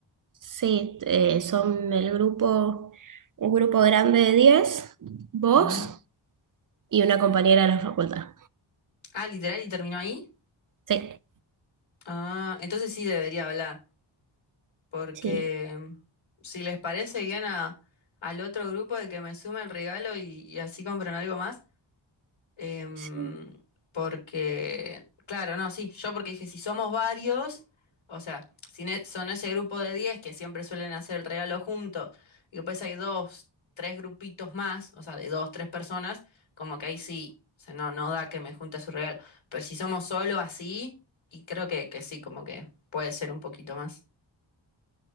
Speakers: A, on the right; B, on the left.
A: sí, eh, son el grupo, un grupo grande de 10 vos
B: Ujú.
A: y una compañera de la facultad.
B: Ah, literal, y terminó ahí.
A: Sí,
B: Ah, entonces sí debería hablar. porque
A: sí,
B: si les parece bien a, al otro grupo de que me sume el regalo y, y así compran algo más, em,
A: sí,
B: porque, claro, no, sí, yo porque dije, si somos varios, o sea, si ne- son ese grupo de 10 que siempre suelen hacer el regalo juntos y después hay dos, tres grupitos más, o sea, de dos, tres personas, como que ahí sí, o sea, no, no da que me junte su regalo, pero si somos solo así, y creo que, que sí, como que puede ser un poquito más.